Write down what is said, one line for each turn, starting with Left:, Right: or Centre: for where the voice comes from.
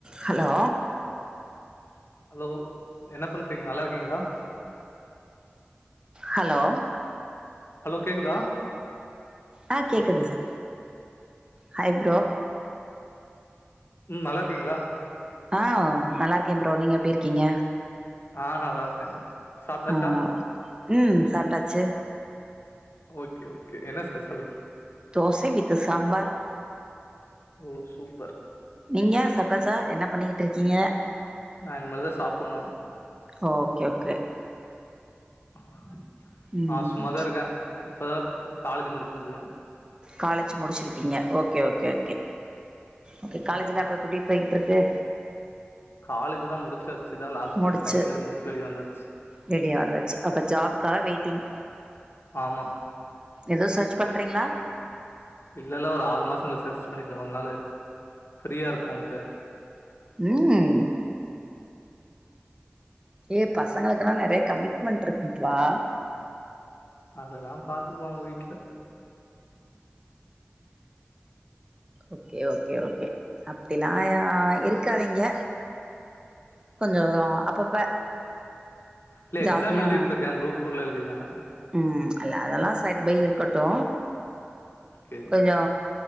Right: Hello
Left: hello என்ன பண்றீங்க நல்லா இருக்கீங்களா
Right: ஹலோ
Left: ஹலோ கேக்குதா
Right: ஆ கேக்குது ச ஹாய் ப்ரோ
Left: ம் நல்லா இருக்கீங்களா
Right: ஆ நல்லா இருக்கே ப்ரோ நீங்க எப்படி இருக்கீங்க
Left: ஆ நல்லா இருக்கே சாப்ட்டாச்சா
Right: ஆ ம் சாப்ட்டாச்சு
Left: ஓகே ஓகே என்ன ஸ்பெஷல்
Right: தோசை வித் சாம்பார்
Left: ஓ சூப்பர்
Right: நீங்க சப்டாச்சா என்ன பண்ணிகிட்டு இருக்கீங்க
Left: நா இனிமேல்தா சாப்புட்ணு
Right: ஓ ஒகே க
Left: <unintelligible>
Right: ம்
Left: நா சும்மாதா இருக்கே இப்பதா காலேஜ் முடிஞ்சது
Right: காலேஜ் முடிச்சிருக்கீங்க okay okay okay okay
Left: ம்
Right: காலேஜ் எல்லா இப்ப எப்படி போயிட் ட்ருக்கு
Left: காலேஜ்லா முடிச்சச் சிதா லாஸ்ட்
Right: முடிச்சு
Left: இயர் பைனல் இயர் முடிச்சு வெளிய வந்துச்சு
Right: வெளிய வந்தாச்சு அப்ப ஜாப்க்காக வெயிட்டிங்
Left: ஆமா
Right: ஏதோ சர்ச் பண்றீங்களா
Left: இல்லல்லா ஒரு ஆறு மாச கழிச்சி சர்ச்சஸ் பண்ணிக்கலா கொஞ்சோ நாளு ஃப்ரீயா இருப்போம்டு
Right: ம் ஏ பசங்களுக்குன்னா நெறைய கமிட்மெண்டட் இருக்குப்பா
Left: அதெல்லா பாத்துகுவாங்க வீட்ல
Right: ஓகே ஓகே ஓகே அப் ப்டிலா யா இருக் இருக்காதீங்க கொஞ்சோ அப்பப்ப
Left: இல்ல
Right: ஜாப்லயு
Left: எக்ஸாம் எழுதிட்ருக்கே குரூப் பொருள் எழுதினா
Right: ம் அல்ல அதெல்லா சைட் பை இருக்கட்டு
Left: ஓகே
Right: கொஞ்சோ